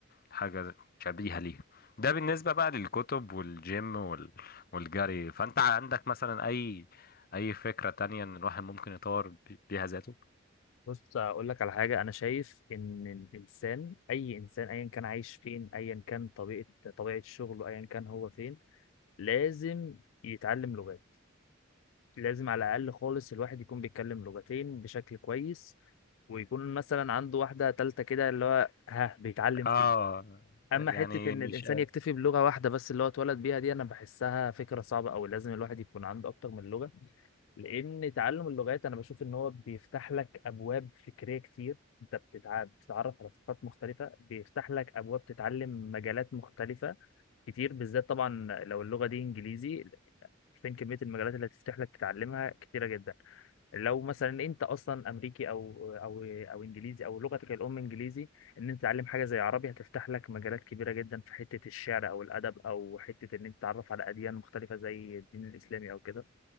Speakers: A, on the left; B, on the left.
A: حاجة شبيهة ليها ده بالنسبة بقى للكتب والجيم وال... والجري فأنت عندك مثلا أي أي فكرة تانية إن الواحد ممكن يطور بيها ذاته؟
B: بص اقول لك على حاجه انا شايف ان الانسان اي انسان ايا كان عايش فين ايا كان طبيعه طبيعه شغله ايا كان هو فين لازم يتعلم لغات لازم على الاقل خالص الواحد يكون بيتكلم لغتين بشكل كويس ويكون مثلا عنده واحده تالته كده اللي هو ها بيتعلم
A: آه
B: فيه اما
A: يعني
B: حته ان
A: مش
B: الانسان يكتفي بلغه واحده بس اللي هو اتولد بيها دي انا بحسها فكره صعبه او لازم الواحد يكون عنده اكتر من لغه لان تعلم اللغات انا بشوف ان هو بيفتح لك ابواب فكريه كتير انت بتتع- بتتعرف على ثقافات مختلفه بيفتح لك ابواب تتعلم مجالات مختلفه كتير بالذات طبعا لو اللغه دي انجليزي فين كميه المجالات اللي هتفتح لك تتعلمها كتيره جدا لو مثلا انت اصلا امريكي او او او انجليزي او لغتك الام انجليزي ان انت تتعلم حاجه زي عربي هتفتح لك مجالات كبيره جدا في حته الشعر او الادب او حته ان انت تتعرف على اديان مختلفه زي الدين الاسلامي او كده